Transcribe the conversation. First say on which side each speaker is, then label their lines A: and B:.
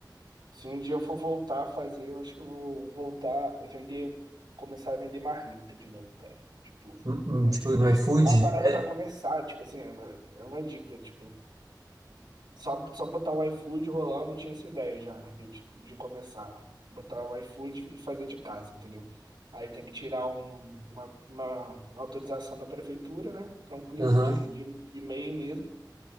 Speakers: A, on the right; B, on the right.
A: Se um dia eu for voltar a fazer, eu acho que eu vou voltar a vender, começar a vender marmita de novo, cara. Tipo,
B: Hum, hum,
A: no
B: Tipo,
A: iFood.
B: no iFood,
A: É uma parada
B: é,
A: pra começar, tipo assim, é uma, é uma dica, tipo, só, só botar o iFood rolando, eu tinha essa ideia já, de, tipo, de começar. Botar o iFood e fazer de casa, entendeu? Aí tem que tirar um- uma, uma- uma autorização da prefeitura, né? Tranquilo,
B: aham.
A: de, de, de MEI mesmo.